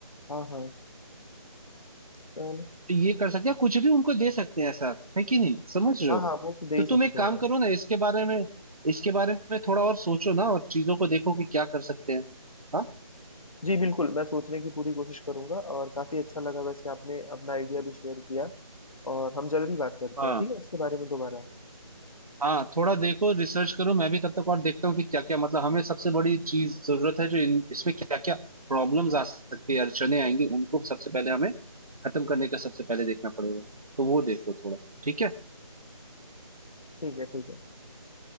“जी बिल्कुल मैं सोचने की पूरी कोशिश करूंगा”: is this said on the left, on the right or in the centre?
Left